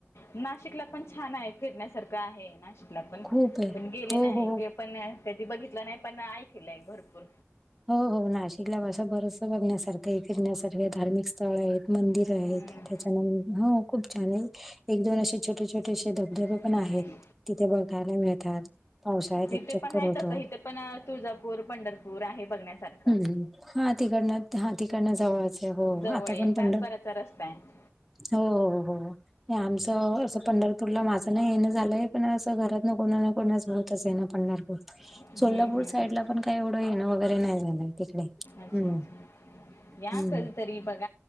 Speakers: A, on the left (about 70°); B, in the centre.
A: नाशिकला पण छान आहे फिरण्यासारखं आहे नाशिकला पण
B: खूप आहे.
A: पण गेले
B: हो,
A: नाही.
B: हो.
A: पण त्याधी बघितलं नाही पण ऐकलंय भरपूर.
B: हो हो नाशिकला भाषा बरच बघण्यासारखे फिरण्यासारखे धार्मिक. स्थळ आहेत मंदिर
A: हम्म.
B: आहेत त्याच्या हो खूप छान आहे. एक दोन असे छोटे छोटे असे धबधबे
A: हम्म
B: पण आहेत.
A: हम्म.
B: तिथे बघायला मिळतात पावसाळ्यात
A: इथे
B: एक चक्कर
A: पण आहे
B: होत.
A: तसं इथे पण तुळजापूर पंढरपूर आहे बघण्यासारखं.
B: हम्म हा तिकडन हा तिकडन जावचं हो
A: जवळ
B: आता
A: आहे
B: पण
A: तासभराचा
B: पणड
A: रस्ता आहे
B: हो हो हो. आमचं असं पंढरपूरला माझं नाही येणं झालंय पण असं घरात ना कोणा ना कोणाचं. ये ना पंढरपूर
A: हम्म,
B: सोलापूर
A: हम्म,
B: साईड
A: हम्म.
B: ला पण काही एवढं येणं वगैरे नाही झालं तिकडे.
A: अच्छा
B: हम्म
A: अच्छा या
B: हम्म
A: क तरी बघ.